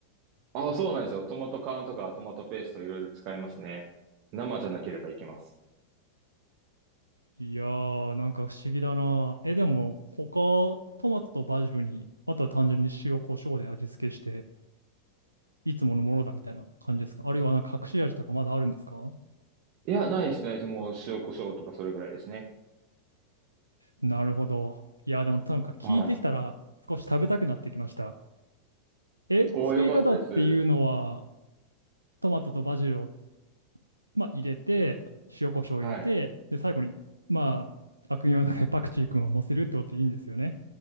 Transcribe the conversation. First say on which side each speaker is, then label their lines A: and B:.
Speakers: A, on the right; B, on the right.
A: ああ、そうなんですよ。トマト缶とかトマトペーストいろいろ使いますね。生じゃなければいけます。
B: いやー、なんか不思議だな。え、でも、他、トマトとバジルに、あとは単純に塩、コショウで味付けして、いつものものだみたいな感じですかあるいはなんか隠し味とかまだあるんですか
A: いや、ないですね。もう塩コショウとかそれぐらいですね。
B: なるほど。いやー、でもなんか聞いてきたら少し食べたくなってきました。
A: はい。
B: え、
A: おおよかったです。
B: 作り方っていうのは、トマトとバジルを、まあ、入れて、塩、コショウを入れて、
A: はい。
B: で、最後に、まあ、悪名高いパクチー君を乗せるってことでいいんですよね。